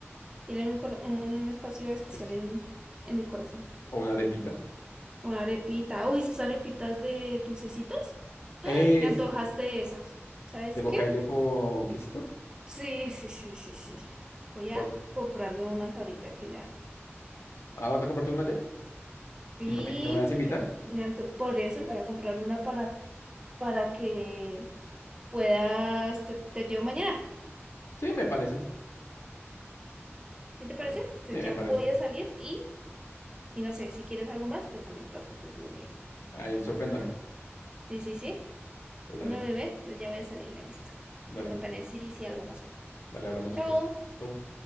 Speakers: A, on the right; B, on the left.
A: Tienen un, cora- un espacio especial
B: Es que-
A: en, en mi corazón.
B: o una arepita.
A: Una arepita. Uy, esas arepitas de dulcecitas.
B: Eh,
A: Me antojaste
B: sí,
A: de esas. ¿Sabes
B: de bocadillo
A: qué?
B: con quesito.
A: Sí, sí, sí, sí, sí. Voy
B: Por,
A: a comprarme unas ahorita que ya.
B: ah, ¿vas a comprarte una ya?
A: Sí,
B: ¿Y no me, y no me vas a
A: porque
B: invitar?
A: me anto- por eso te voy a comprar una para, para que puedas, te, te llevo mañana.
B: Sí, me parece.
A: ¿Sí te
B: pare-
A: parece? Entonces
B: Sí, me
A: ya
B: parece.
A: voy a salir y, y no sé, si quieres algo más, pues también te lo compro otro día.
B: Ahí, sorpréndame.
A: Sí, sí, sí.
B: Pues dale,
A: Bueno, bebé, entonces ya voy a salir, me listo.
B: dale,
A: Te contaré si, si algo pasa.
B: dale, hablamos después.
A: Chao.
B: Chau.